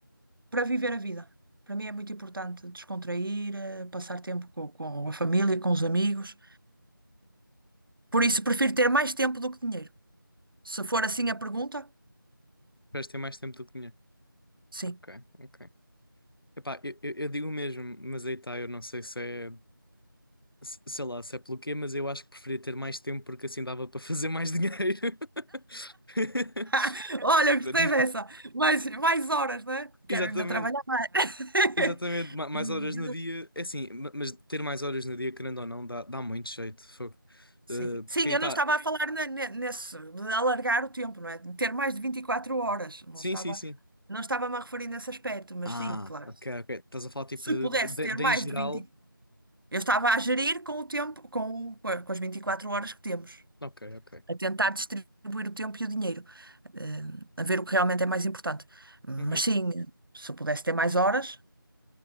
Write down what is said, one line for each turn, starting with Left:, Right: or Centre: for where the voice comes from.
Right: para viver a vida. Para mim é muito importante descontrair, eh, passar tempo com, com a família, com os amigos. Por isso prefiro ter mais tempo do que dinheiro. Se for assim a pergunta,
Left: Preferes ter mais tempo do que dinheiro.
Right: sim.
Left: Ok, ok. Epá, eu, eu, eu digo o mesmo, mas aí tá, eu não sei se é. se- sei lá, se é pelo quê, mas eu acho que preferia ter mais tempo porque assim dava para fazer mais dinheiro. <laughs>
Right: <laughs> Olha, gostei
Left: Pronto.
Right: dessa. Mais, mais horas, não é?
Left: Exatamente,
Right: Quero ainda trabalhar. <laughs>
Left: exatamente, ma- mais
Right: E-
Left: horas no dia, é assim, ma- mas ter mais horas no dia, querendo ou não, dá, dá muito jeito, fogo.
Right: Sim.
Left: Eh,
Right: Sim,
Left: porque aí
Right: eu
Left: está,
Right: não estava a falar ne- ne- nesse, de alargar o tempo, não é? De ter mais de 24 horas. Não
Left: sim,
Right: estava,
Left: sim, sim.
Right: não estava-me a referir nesse aspecto, mas
Left: Ah,
Right: sim, claro.
Left: ok, ok, estás a falar tipo
Right: Se
Left: de,
Right: pudesse
Left: de-
Right: ter
Left: de
Right: mais
Left: em geral,
Right: de vinte eu estava a gerir com o tempo, com, o- com a- com as 24 horas que temos,
Left: ok, ok,
Right: a tentar distribuir o tempo e o dinheiro, eh, a ver o que realmente é mais importante. Mas
Left: Uhum.
Right: sim, se pudesse ter mais horas,